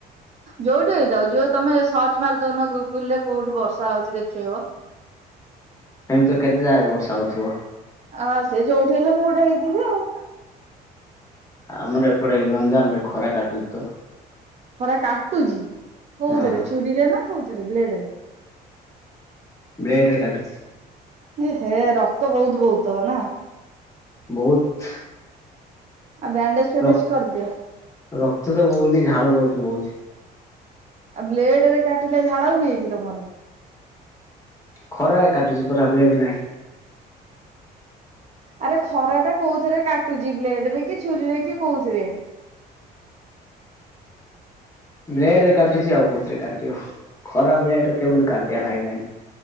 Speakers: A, on the right; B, on the left.
A: ଯୋଉଠି ହେଇଥାଉ ଯୋଉ ତମେ ସର୍ଚ୍ଚ ମାରିଦଉନ ଗୁଗୁଲ ରେ କୋଉଠି ବର୍ଷା ହଉଛି ଦେଖେଇବ।
B: ଏମିତି ତ କେତେ ଜାଗାରେ ବର୍ଷା ହଉଥିବ?
A: ହଁ ସେ ଯୋଉଠି ହେଲେ ମୁଁ ଗୋଟେ ହେଇଥିବି ଆଉ।
B: ଆମର ଏପଟେ ଗଞ୍ଜାମରେ ଖରା କାଟୁଛି ତ।
A: ଖରା କାଟୁଚି କୋଉଥିରେ
B: ହଁ
A: ଛୁରୀରେ ନା କୋଉଥିରେ ବ୍ଲେଡ ରେ।
B: ବ୍ଲେଡ ରେ କାଟୁଛି।
A: ଏ ହେ ରକ୍ତ ବହୁତ ବହୁ ଥିବ ନା।
B: ବହୁତ।
A: ଆଉ ବ୍ୟାଣ୍ଡେଜ ଫ୍ୟାଣ୍ଡେଜ
B: ର
A: କରିଦିଅ।
B: ରକ୍ତ ତ ବୋହୁନି ଝାଳ ବହୁତ ବୋହୁଛି।
A: ଆଉ ବ୍ଲେଡରେ କାଟିଲା ଝାଳ ହୁଏ କି ତମର?
B: ଖରା କାଟୁଛି ପରା ବ୍ଲେଡ୍ ନାହିଁ।
A: ଆରେ ଖରାଟା କୋଉଥିରେ କାଟୁଛି ବ୍ଲେଡରେ କି ଛୁରୀରେ କି କୋଉଥିରେ?
B: ବ୍ଲେଡ ରେ କାଟୁଛି ଆଉ କୋଉଥିରେ କାଟିବ ଖରା ବ୍ଲେଡରେ କେବେଠୁ କାଟିବା ଲାଗିଲାଣିି?